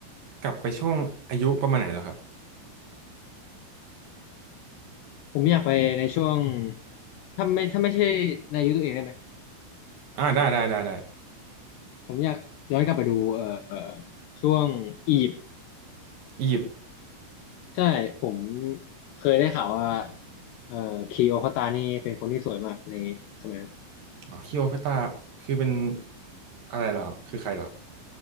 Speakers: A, on the right; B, on the left.
A: กลับไปช่วงอายุประมาณไหนเหรอครับ
B: ผมอยากไปในช่วงถ้าไม่ถ้าไม่ใช่ในยุคตัวเองได้ไหม
A: อ่าได้ได้ได้ได้
B: ผมอยากย้อนกลับไปดูเอ่อช่วงอียิปต์
A: อียิปต์
B: ใช่ผมเคยได้ข่าวว่าเอ่อคลีโอพัตรานี่เป็นคนที่สวยมากในสมัยนั้น
A: อ๋อคลีโอพัตราคือเป็นอะไรเหรอครับคือใครเหรอ